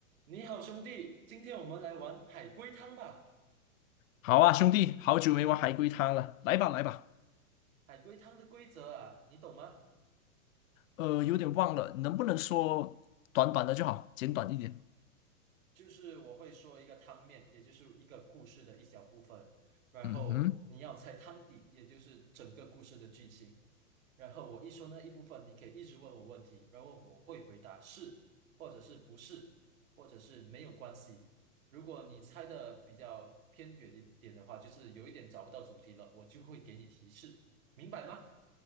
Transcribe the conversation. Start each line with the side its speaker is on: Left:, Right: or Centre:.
Right: 你好，兄弟，今天我们来玩海龟汤吧。
Left: 好啊，兄弟，好久没玩海龟汤了，来吧来吧。
Right: 海龟汤的规则啊，你懂吗？
Left: 呃，有点忘了，能不能说短短的就好，简短一点？
Right: 就是我会说一个汤面，也就是一个故事的一小部分，然后你要猜汤底，
Left: 嗯哼，
Right: 也就是整个故事的剧情。然后我一说那一部分，你可以一直问我问题，然后我会回答是，或者是不是，或者是没有关系。如果你猜的比较偏远一点的话，就是有一点找不到主题了，我就会给你提示，明白吗？